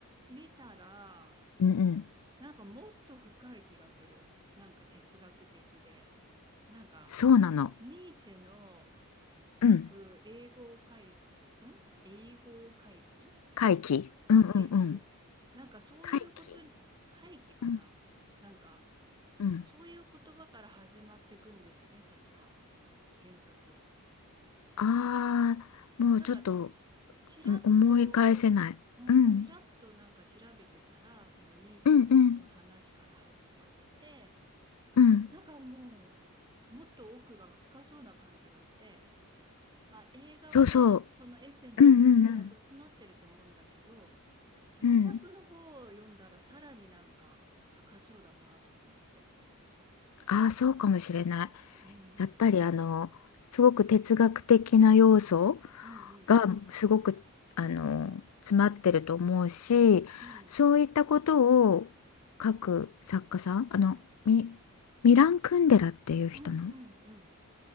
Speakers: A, on the right; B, on the left.
A: 見たら、
B: うんうん。
A: なんかもっと深い気がする。なんか哲学的で。なんか、
B: そうなの。
A: ニーチェの、
B: うん。
A: く英語会、ん英語会議ん
B: 回帰。うんうんうん。
A: 会議なんかそういうことに、
B: 回帰。
A: 会議かななんか、
B: うんうん。
A: そういう言葉から始まってくんですよね、確か。原作。
B: ああ、もうちょっと
A: なんかち、ちらっと、
B: うん思い返せない。
A: うん、
B: うん。
A: ちらっとなんか調べてたら、そのニーチェのその話から始まって、
B: うんうんうん。
A: なんかもう、もっと奥が深そうな感じがして、まあ映画はね、
B: そうそう。
A: そのエッセンスちゃんと詰まってると思うんだけど、
B: うんうんうん。
A: 原作の方を読んだらさらになんか深そうだなとか思って。
B: うん。ああ、そうかもしれない。
A: うん。
B: やっぱりあの、すごく哲学的な要素
A: うんうんうん。
B: がすごくあの詰まってると思うしそういったことを
A: うん。
B: 書く作家さんあのミ、ミラン・クンデラっていう人の
A: うんうんうん。